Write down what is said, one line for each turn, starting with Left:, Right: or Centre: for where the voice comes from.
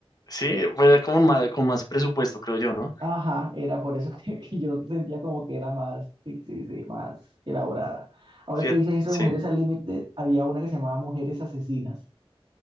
Left: sí, pues era como más, con más presupuesto, creo yo, ¿no?
Right: Ajá, era por eso <laughs> que, que yo sentía como que era más, sí, sí, sí, más elaborada. Ahora
Left: Fíjate,
Right: que dices eso
Left: sí.
Right: de Mujeres al Límite, había una que se llamaba Mujeres Asesinas.